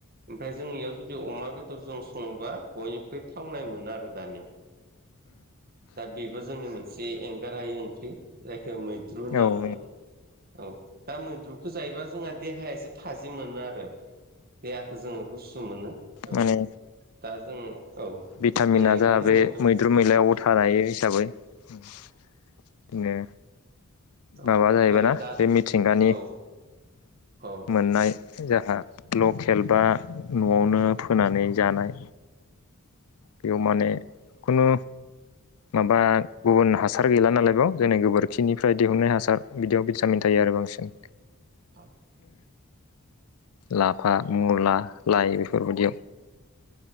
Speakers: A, on the right; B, on the left.
A: ओमफ्राय जोंनियाव जुदि अमा बेदरजों सङोबा बयनिख्रुइ थावनाय मोनो आरो जानो। दा बेबो जोंनि मोनसे एंगारहायै ओंख्रि जाय मैद्रु होनना
B: औ
A: बुङो औ दा मैद्रुखौ जायोबा जोंहा देहाया एसे थाजिम मोनो आरो देहाखौ जोङो गुसु मोनो
B: माने
A: औ दा जों औ
B: भिटामिना
A: जों बेखायनो
B: जाहा बे
A: मैद्रु
B: <unintelligible> हिसाबै बिदिनो
A: औ ओ
B: माबा जाहैबाय ना
A: दा
B: बे मिथिंगानि
A: औ औ
B: मोननाय जोंहा लकेल बा न'आवनो फोनानै जानाय। बेयाव माने खुनु माबा गुबुन हासार गैला नालाय बाव जोंनि गोबोर खिनिफ्राय दिहुननाय हासार बिदियाव भिटामिन थायो आरो बांसिन।
A: औ
B: लाफा मुला लाइ बेफोरबायदियाव